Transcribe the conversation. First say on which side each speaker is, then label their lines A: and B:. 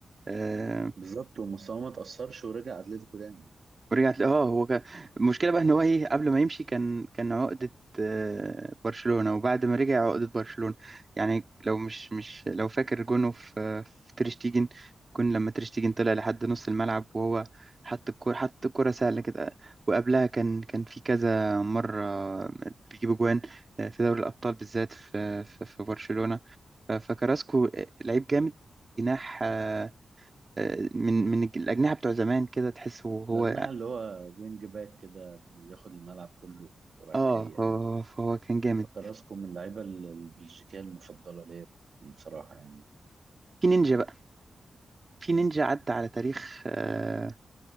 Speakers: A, on the right; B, on the right.
A: آه،
B: بالظبط ومستواه ما تاثرش ورجع اتلتيكو تاني
A: ورجعت اه هو كان المشكله بقى ان هو ايه قبل ما يمشي كان كان عقده آه، برشلونه وبعد ما رجع عقده برشلونه يعني لو مش مش لو فاكر جونه في في تريشتيجن كون لما تريشتيجن طلع لحد نص الملعب وهو حط الكوره حط الكوره سهله كده وقبلها كان كان في كذا مره بيجيب جوان آه، في دوري الابطال بالذات في في, في برشلونه ف- فكراسكو آه، لعيب جامد جناح آه، آه، من من الأجنحة بتوع زمان كده تحسه هو
B: الاجنحه اللي هو وينج باك كده بياخد الملعب كله ورايح
A: اه
B: جاي يعني
A: هو فهو كان جامد
B: فكراسكو من اللعيبة ال- البلجيكية المفضلة ليا بصراحة يعني
A: في نينجا بقى في نينجا عدى على تاريخ آه